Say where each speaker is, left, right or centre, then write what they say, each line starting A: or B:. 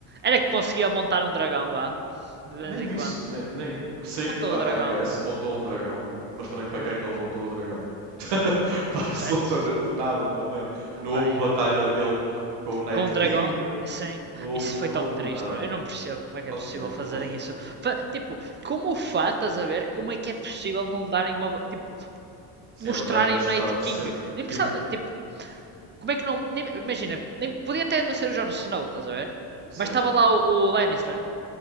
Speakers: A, on the right (about 25°); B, on the right (about 60°).
A: Era que conseguia montar um dragão, vá. De vez
B: Nem
A: em
B: isso,
A: quando.
B: nem, nem... Sim,
A: Montou
B: I
A: o dragão,
B: guess,
A: vá.
B: montou um dragão, mas também para
A: É,
B: que é que ele montou o dragão? <laughs> para absolutamente
A: certo?
B: nada também.
A: Epá,
B: Não houve
A: é.
B: batalha dele com o Night
A: Com um dragão,
B: King,
A: sim.
B: não houve,
A: Isso foi
B: não
A: tão
B: houve
A: triste.
B: nada.
A: Eu não percebo como é que
B: Horrível,
A: é possível fazerem
B: horrível.
A: isso. tipo, como o Fá, estás a ver? Como é que é possível não darem uma. Tipo,
B: Sim,
A: mostrarem
B: a batalha mais
A: o
B: esperada
A: Night
B: de
A: King?
B: sempre.
A: Nem
B: Tive...
A: precisava. Tipo, como é que não. nem- imagina, nem, podia até não ser o Jon Snow, estás a ver?
B: Sim,
A: Mas estava lá o, o Lannister.